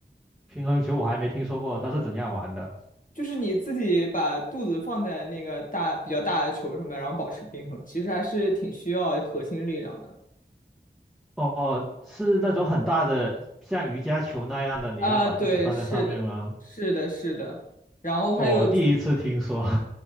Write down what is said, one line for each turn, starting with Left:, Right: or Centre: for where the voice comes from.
Centre: 平衡球我还没听说过它是怎样玩的。
Left: 就是你自己把肚子放在那个大比较大的球上面，然后保持平衡，其实还是挺需要核心力量的。
Centre: 哦，哦是那种很大的，像瑜伽球那样的，你要把肚子放在上面吗？
Left: 啊，对，是的，是的，是的。然后还有，
Centre: 哦，我第一次听说。